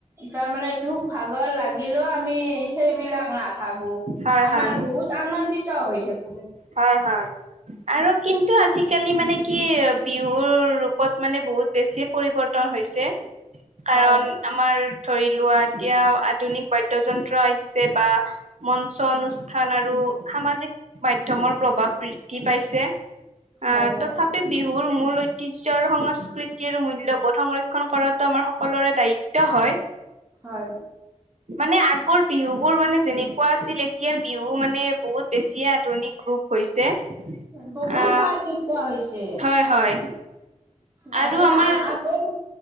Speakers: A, on the right; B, on the right.
A: তাৰমানে দুখ-ভাগৰ লাগ গিলেও আমি সেইবিলাক নাভাবো
B: হয়
A: আমাৰ
B: হয়
A: বহুত আনন্দিত হৈ থাকো
B: হয় হয় আৰু কিন্তু আজি কালি মানে কি বিহুৰ ৰূপত মানে বহুত বেছিয়ে পৰিৱৰ্তন হৈছে কাৰণ
A: হয়
B: আমাৰ ধৰি লোৱা এতিয়া আধুনিক বাদ্যযন্ত্ৰ আহিছে বা মঞ্চ অনুষ্ঠান আৰু সামাজিক মধ্যমৰ প্ৰভাৱ বৃদ্ধি পাইছে
A: হয়
B: আহ
A: হয়
B: তথাপ বিহুৰ মূল ঐতিহ্য আৰু সংস্কৃতিৰ মূল্যবোধ সংৰক্ষণ কৰাটো আমাৰ সকলোৰে দায়ি ত্ব হয়
A: হয়
B: মানে আগৰ বিহু বোৰ মানে যেনেকুৱা আছিল এতিয়াৰ বিহু মানে বহুত বেছিয়ে আধুনিক গ্ৰুপ হৈছে
A: বহুত
B: আহ
A: পাৰ্থক্য হৈছে
B: হয় হয়
A: মানে
B: আৰু আমাৰ
A: আ আগৰ